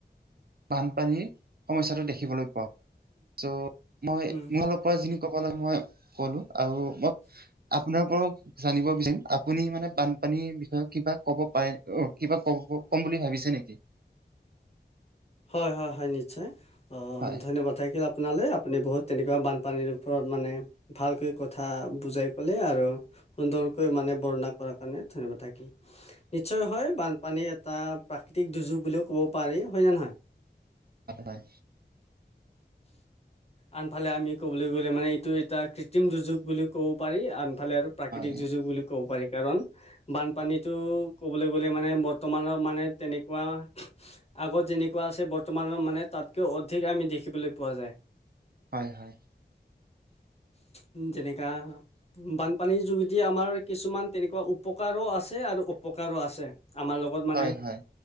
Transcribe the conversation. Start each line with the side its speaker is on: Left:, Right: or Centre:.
Right: বানপানীৰ সমস্যাটো দেখিবলৈ পাওঁ। চ্ মই
Left: উম,
Right: মোৰ ফালৰ পা যিখিনি ক'ব লাগে মই কলো আৰু মই আপোনাৰ পৰাও জানিব বিচাৰিম। আপুনি মানে বানপানীৰ বিষয়ে কিবা ক'ব পাৰে অ কিবা কব ক'ম বুলি ভাবিছে নেকি?
Left: হয় হয় হয় নিশ্চয়,
Right: হয়
Left: ধন্যবাদ থাকিল আপ পোনালে, আপুনি বহুত তেনেকুৱা বানপানীৰ ওপৰত মানে ভালকৈ কথা বুজাই ক'লে আৰু সুন্দৰকৈ মানে বৰ্ণনা কৰাৰ কাৰণে ধন্যবাদ থাকিল। নিশ্চয় হয় বানপানীৰ এটা প্ৰাকৃতিক দুৰ্যোগ বুলিও ক'ব পাৰি, হয়নে নহয়?
Right: হয় হয়।
Left: আনফালে আমি ক'বলৈ গ'লে মানে এইটো এটা কৃত্ৰিম দুৰ্যোগ বুলি ক'ব পাৰি, আনফালে আৰু প্ৰাকৃতিক
Right: হয়
Left: দুৰ্যোগ বুলিও ক'ব পাৰি, কাৰণ বানপানীত টো ক'বলে গ'লে মানে বৰ্তমানৰ মানে তেনেকুৱা, আগত যেনে কোৱা আছে, বৰ্তমানৰ মানে তাতকৈ অধিক আমি দেখিবলৈ পোৱা যায়।
Right: হয় হয়।
Left: উম যেনেকা বানপানীৰ যোগেদি আমাৰ কিছুমান তেনেকুৱা উপকাৰো আছে আৰু অপকাৰো আছে। আমাৰ লগত মানে,
Right: হয় হয়